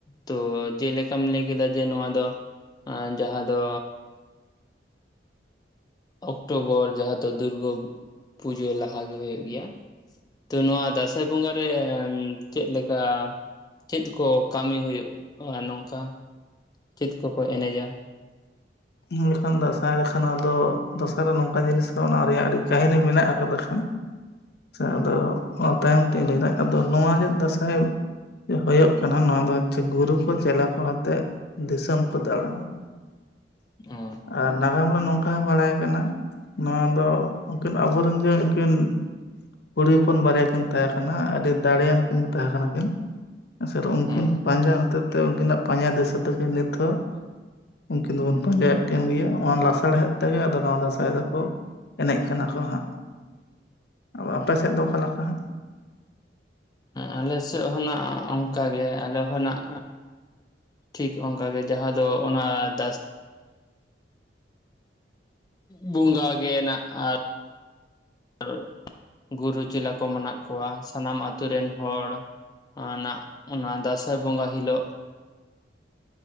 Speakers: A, on the left (about 20°); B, on the left (about 60°).
A: ᱛᱚ ᱡᱮᱞᱮᱠᱟᱢ ᱞᱟᱹᱭ ᱠᱮᱫᱟ ᱡᱮ ᱱᱚᱣᱟ ᱫᱚ ᱟᱨ ᱡᱟᱦᱟᱸ ᱫᱚ ᱚᱠᱴᱳᱵᱚᱨ ᱡᱟᱦᱟᱸ ᱫᱚ ᱫᱩᱨᱜᱟᱹ ᱯᱩᱡᱟᱹ ᱞᱟᱦᱟᱜᱮ ᱦᱩᱭᱩᱜ ᱜᱮᱭᱟ ᱛᱚ ᱱᱚᱣᱟ ᱫᱟᱸᱥᱟᱭ ᱵᱚᱸᱜᱟ ᱨᱮ ᱪᱮᱫ ᱞᱮᱠᱟ ᱪᱮᱫ ᱠᱚ ᱠᱟᱹᱢᱤ ᱦᱩᱭᱩᱜᱼᱟ ᱱᱚᱝᱠᱟ ᱪᱮᱫ ᱠᱚᱠᱚ ᱮᱱᱮᱡᱟ
B: ᱢᱮᱱᱠᱷᱟᱱ ᱫᱟᱸᱥᱟᱭ ᱞᱮᱠᱷᱟᱱᱟᱜ ᱫᱚ ᱫᱟᱸᱥᱟᱭ ᱫᱚ ᱱᱚᱝᱠᱟᱱ ᱡᱤᱱᱤᱥ ᱠᱟᱱᱟ ᱚᱱᱟ ᱨᱮᱭᱟᱜ ᱟᱹᱰᱤ ᱠᱟᱹᱦᱤᱱᱤ ᱢᱮᱱᱟᱜ ᱠᱟᱫᱟ ᱠᱷᱟᱱ ᱟᱫᱚ ᱚᱱᱟ ᱛᱟᱭᱚᱢ ᱛᱮᱧ ᱞᱟᱹᱭᱮ ᱫᱟ ᱟᱫᱚ ᱱᱚᱣᱟ ᱡᱮ ᱫᱟᱸᱥᱟᱭ -ᱦᱩᱭᱩᱜ ᱠᱟᱱᱟ ᱱᱚᱶᱟ ᱫᱚ <unintelligible> ᱜᱩᱨᱩ ᱠᱚ ᱪᱮᱞᱟ ᱠᱚ ᱟᱛᱮᱫ ᱫᱤᱥᱚᱢ ᱠᱚ ᱫᱟᱬᱟᱱᱟ
A: ᱚᱸ
B: ᱟᱨ ᱱᱟᱜᱟᱢ ᱨᱮ ᱱᱚᱝᱠᱟ ᱦᱚᱸ ᱵᱟᱲᱟᱭ ᱠᱟᱱᱟ ᱱᱚᱶᱟ ᱫᱚ ᱩᱱᱠᱤᱱ ᱟᱵᱚ ᱨᱮᱱ ᱡᱮ ᱩᱱᱠᱤᱱ ᱠᱩᱲᱤ ᱦᱚᱯᱚᱱ ᱵᱟᱨᱭᱟ ᱠᱤᱱ ᱛᱟᱦᱮᱸ ᱠᱟᱱᱟ ᱟᱹᱰᱤ ᱫᱟᱲᱮᱭᱟᱱ ᱠᱤᱱ ᱛᱟᱦᱮᱸ ᱠᱟᱱᱟ ᱠᱤᱱ ᱦᱮᱸ ᱥᱮ ᱩᱱᱠᱤᱱ
A: ᱦᱮᱸ
B: ᱯᱟᱸᱡᱟ ᱦᱚᱛᱮᱡ ᱛᱮ ᱩᱱᱠᱤᱱᱟᱜ ᱯᱟᱸᱡᱟ ᱫᱤᱥᱟᱹ ᱛᱮᱜᱮ ᱱᱤᱛ ᱦᱚᱸ ᱩᱱᱠᱤᱱ ᱫᱚᱵᱚᱱ ᱯᱟᱸᱡᱟᱭᱮᱫ ᱠᱟᱱ ᱜᱮᱭᱟ ᱚᱱᱟ ᱞᱟᱥᱟᱲᱦᱮᱫ ᱛᱮᱜᱮ ᱱᱚᱣᱟ ᱫᱟᱸᱟᱭ ᱫᱚᱠᱚ ᱮᱱᱮᱡ ᱠᱟᱱᱟ ᱠᱚ ᱦᱟᱸᱜ ᱟᱫᱚ ᱟᱯᱮ ᱥᱮᱫ ᱫᱚ ᱚᱠᱟ ᱠᱚ ᱦᱟᱸᱜ?
A: ᱟᱞᱮ ᱥᱮᱫ ᱦᱚᱸᱱᱟᱜ ᱚᱱᱠᱟᱜᱮ ᱟᱞᱮ ᱦᱚᱸᱱᱟᱜ ᱴᱷᱤᱠ ᱚᱱᱠᱟ ᱜᱮ ᱡᱟᱦᱟᱸ ᱫᱚ ᱚᱱᱟ ᱫᱟᱥ ᱵᱩᱸᱜᱟ ᱜᱮ ᱱᱟᱜ ᱟᱨ ᱟᱨ ᱜᱩᱨᱩ ᱪᱮᱞᱟ ᱠᱚ ᱢᱮᱱᱟᱜ ᱠᱚᱣᱟ ᱥᱟᱱᱟᱢ ᱟᱛᱳ ᱨᱮᱱ ᱦᱚᱲ ᱚᱱᱟ ᱚᱱᱟ ᱫᱟᱸᱥᱟᱭ ᱵᱚᱸᱜᱟ ᱦᱤᱞᱳᱜ